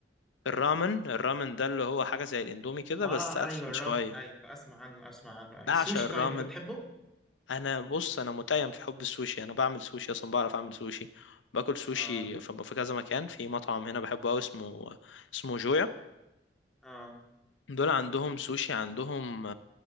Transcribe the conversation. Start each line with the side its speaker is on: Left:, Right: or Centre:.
Left: الرامن الرامن ده اللي هو حاجة زي الاندومي كده
Centre: اه
Left: بس أدفن
Centre: ايوه الرامن
Left: شوية
Centre: ايوه اسمع عنه اسمع عنه
Left: بعشق
Centre: السوشي
Left: الرامن
Centre: طيب انت بتحبه
Left: أنا بص أنا متيم في حب السوشي أنا بعمل سوشي أصلا بعرف أعمل سوشي باكل سوشي
Centre: اه
Left: في في كذا مكان في مطعم هنا بحبه أوي اسمه اسمه جويا
Centre: اه
Left: دول عندهم سوشي عندهم